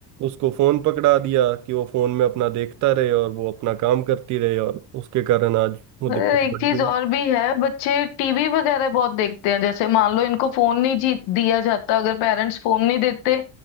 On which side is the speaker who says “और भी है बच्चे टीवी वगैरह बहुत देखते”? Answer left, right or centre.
Left